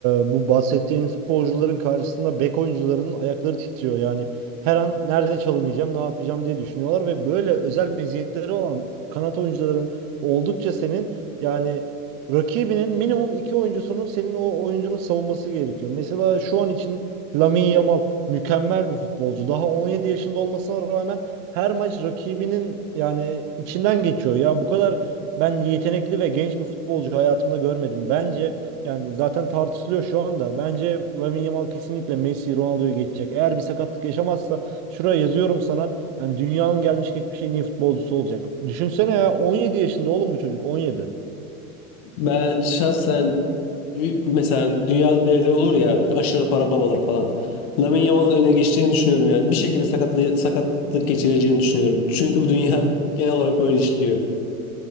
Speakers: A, on the right; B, on the left.
A: bu bahsettiğin futbolcuların karşısında bek oyuncularının ayakları titriyor. Yani her an nerede çalımayacağım, ne yapacağım diye düşünüyorlar ve böyle özel meziyetleri olan kanat oyuncuların oldukça senin yani rakibinin minimum iki oyuncusunun senin o oyuncunun savunması gerekiyor. Mesela şu an için Lamine Yamal mükemmel bir futbolcu. Daha 17 yaşında olmasına rağmen her maç rakibinin yani içinden geçiyor. Ya bu kadar ben yetenekli ve genç bir futbolcu hayatımda görmedim. Bence yani zaten tartışılıyor şu anda. Bence Lamine Yamal kesinlikle Messi, Ronaldo'yu geçecek. Eğer bir sakatlık yaşamazsa şuraya yazıyorum sana. Yani dünyanın gelmiş geçmiş en iyi futbolcusu olacak. Düşünsene ya 17 yaşında oğlum bu çocuk 17.
B: Ben şahsen Bir- Mesela dünyanın devleri olur ya aşırı para babalar falan. Lamine Yamal'ın öne geçeceğini düşünüyorum yani. Bir şekilde sakatlı, sakatlık geçireceğini düşünüyorum. Çünkü bu dünya <laughs> genel olarak böyle işliyor.